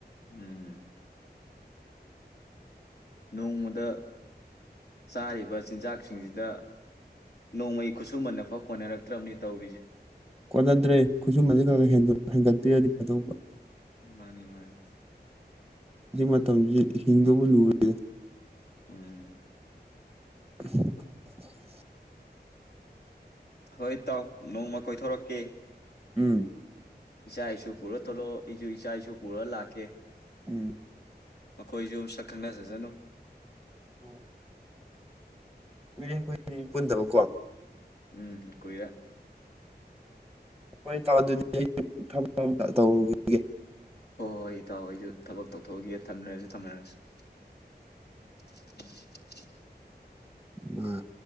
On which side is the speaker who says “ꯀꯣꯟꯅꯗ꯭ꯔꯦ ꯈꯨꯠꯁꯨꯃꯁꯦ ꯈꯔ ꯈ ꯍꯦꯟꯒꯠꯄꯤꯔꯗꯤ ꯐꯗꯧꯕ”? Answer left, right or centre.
Centre